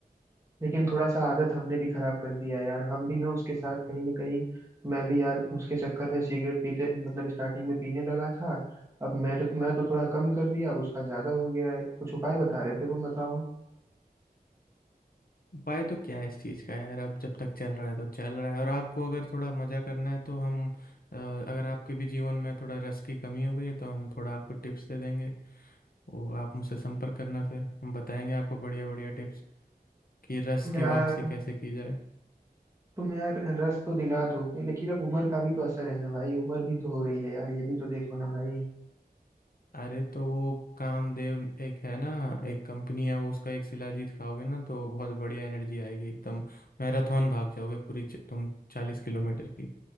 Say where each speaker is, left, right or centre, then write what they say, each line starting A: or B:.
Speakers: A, on the right; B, on the left.
A: लेकिन थोड़ा सा आदत हमने भी खराब कर दिया यार हम भी ना उसके साथ कहीं ना कहीं मैं भी यार उसके चक्कर में सिगरेट पीते मतलब स्टार्टिंग में पीने लगा था अब मैं तो मैं तो थोड़ा कम कर दिया अब उसका ज्यादा हो गया है कुछ उपाय बता रहे थे तुम बताओ
B: उपाय तो क्या है इस चीज़ का यार अब जब तक चल रहा है तो चल रहा है और आपको अगर थोड़ा मज़ा करना है तो हम अ, अगर आपके भी जीवन में थोड़ा रस की कमी हो गई है तो हम थोड़ा आपको टिप्स दे देंगे वो आप मुझसे संपर्क करना फिर हम बताएंगे आपको बढ़िया बढ़िया टिप्स कि रस
A: यार
B: की वापसी कैसे की जाए
A: तुम यार रस तो दिला दोगे लेकिन अब उम्र का भी तो असर है ना भाई उम्र भी तो हो रही है यार ये भी तो देखो ना भाई
B: अरे तो वो कामदेव एक है ना एक कंपनी है वो उसका एक शिलाजीत खाओगे ना तो बहुत बढ़िया एनर्जी आएगी एकदम मैराथन भाग जाओगे पूरी च- तुम चालीस किलोमीटर की